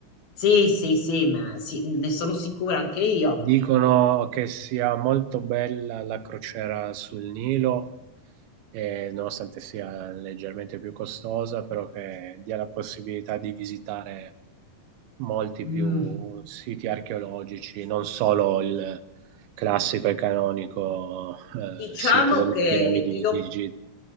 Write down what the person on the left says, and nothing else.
Sì, sì, sì, ma sì, ne sono sicura anche io.
Eh,
mm,
Diciamo
che
io